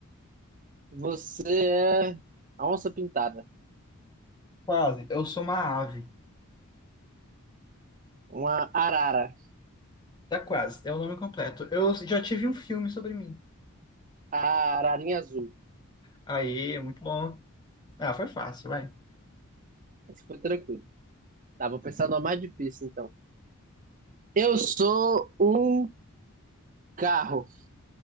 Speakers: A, on the right; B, on the left.
A: Você é a onça pintada.
B: Quase. Eu sou uma ave.
A: Uma arara.
B: Tá quase. É o nome completo. Eu já tive um filme sobre mim.
A: A ararinha azul.
B: Aí, é muito bom. Ah, foi fácil, vai.
A: Essa foi tranquilo. Tá, vou pensar numa mais difícil, então. Eu sou um carro.